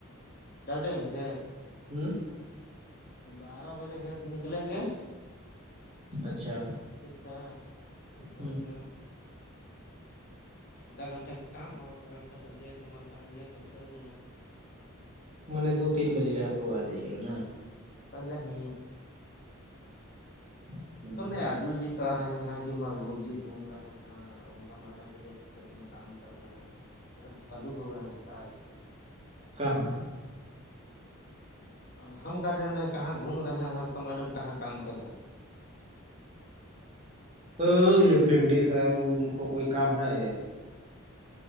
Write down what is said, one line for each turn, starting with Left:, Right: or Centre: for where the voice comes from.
Left: ڈل رہے ہیں سےے
Right: ہوں
Left: بارہ بجے یہاں سے نکلیں گے
Right: اچھا
Left: ٹھیک ہے ادھر
Right: ہ
Left: سے <inaudible> آدھا گھنٹہ کا کام ہوگا کاغذ پتر دے کے مال پانی دے کر چل دینا ہے
Right: م نے دو تین بجے لے آپ لوگ آ جائیے گا نا
Left: پہلا ہی
Right: ہ
Left: س نہیں آ جو ج کہ رہے ہیں کہ مرگوب جی گھوم رہے ہیں ان کا میڈم کو دیکھ کھیت میں کام کر رہے ہیں ایک دم پھلو ہو گئے یہاں کا سے
Right: کہاں
Left: اب ہم کہاں جان رہے ہیں کہاں گھوم رہے ہیں آپ کا میڈم کہاں کام کر رہے ہیں
Right: ہفینڈس ہے ان کو کوئی کام ہے